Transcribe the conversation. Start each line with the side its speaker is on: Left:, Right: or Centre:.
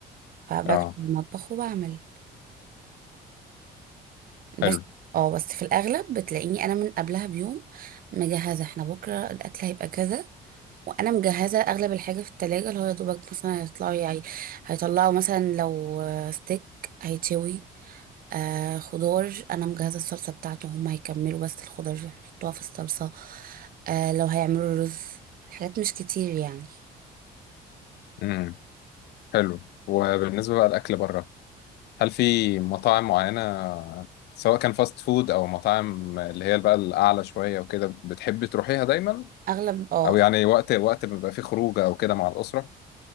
Right: فبدخل
Left: اه
Right: المطبخ وبعمل بس
Left: حلو
Right: اه بس في الاغلب بتلاقيني انا من قبلها بيوم مجهزه احنا بكره الاكل هيبقى كذا وانا مجهزه اغلب الحاجه في التلاجة اللي هو يا دوبك مثلا هيطلعوا يعني هيطلعوا مثلا لو ستيك هيتشوي آه خضار انا مجهزه الصلصه بتاعته هم هيكملوا بس الخضار يحطوها في الصلصه آه لو هيعملوا رز حاجات مش كتير يعني
Left: امم حلو وبالنسبه بقى الاكل بره هل في مطاعم معينة سواء كان فاست فود أو مطاعم اللي هي بقى الأعلى شوية وكده بتحبي تروحيها دايما
Right: اغلب اه
Left: أو يعني وقت وقت بيبقى فيه خروجة أو كده مع الأسرة؟